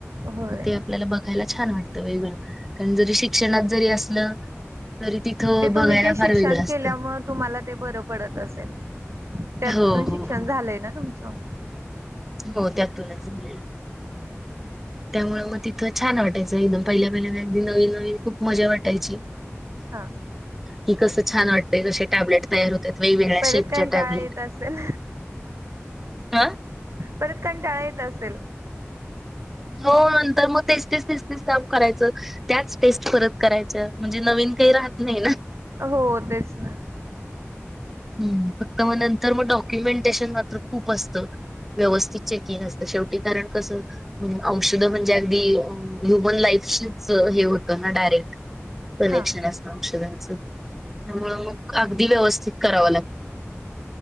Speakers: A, on the right (about 70°); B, in the centre.
A: होय
B: मग ते आपल्याला बघायला छान वाटते. वेगळं कारण जरी शिक्षणात जरी असलं. तरी तिथं
A: ते
B: बघायला
A: तुम्ही ते शिक्षण
B: फार वेगळं असतं
A: केल्यामुळे तुम्हाला ते बरं पडत असेल. त्यातून
B: हो हो
A: शिक्षण
B: हो
A: झालंय ना तुमचं.
B: हो त्यातूनच झा. त्यामुळे मग तिथं छान वाटायचं एकदम पहिल्या पहिल्या ना अगदी नवीन नवीन खूप मजा वाटायची.
A: हा
B: की कस छान वाटते क टॅबलेट तयार होते. वेगवेगळ्या
A: परत
B: शेपच्या
A: कंटाळा
B: टॅबलेट
A: येत असेल
B: हा.
A: परत कंटाळा येत असेल.
B: हो नंतर मग तेच तेच काम करायचं त्याच टेस्ट परत करायच म्हणजे नवीन. काही राहत नाही ना.
A: हो तेच ना
B: हम्म फक्त मग नंतर मग डॉक्युमेंटेशन मात्र खूप असतं. व्यवस्थित चेकिंग असत शेवटी कारण कस औषध म्हणजे अगदी ह्युमन लाई. हेत ना डायरेक्ट. कनेक्शन
A: हा
B: अस औषधांच त्यामूळ मग अगदी व्यवस्थित. कराव लागत.